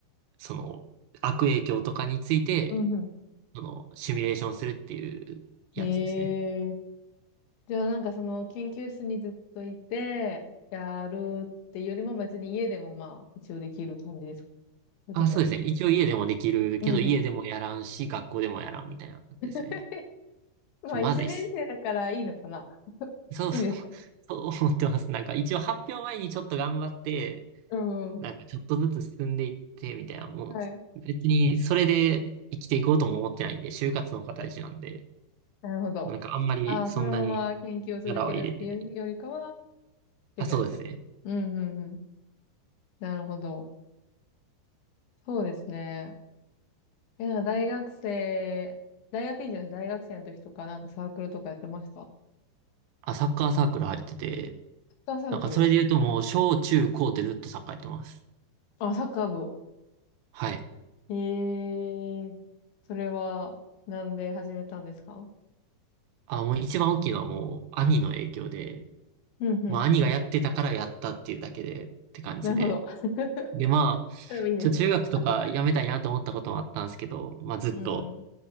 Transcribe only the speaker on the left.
うんう
ん。へえ。じゃあなんかその研究室にずっといて、やるっていうよりも別に家でもまあ一応できる感じですかそれとも、
うんうん。
<laughs> まあ一年生だからいいのかな
いいんですか
うんうん。
はい。
なるほど。
ああ、そのまま研究を続けるっていうよりかは、
就職する。
うんうんうん。なるほど。そうですね。え、なんか大学生、大学院じゃない、大学生の時とかなんかサークルとかやってました
サッカーサークル。
あ、サッカー部。
ええーそれは、なんで始めたんですか
うんうん。
なるほど。<laughs>
それもいいですね。
憧れて。
うん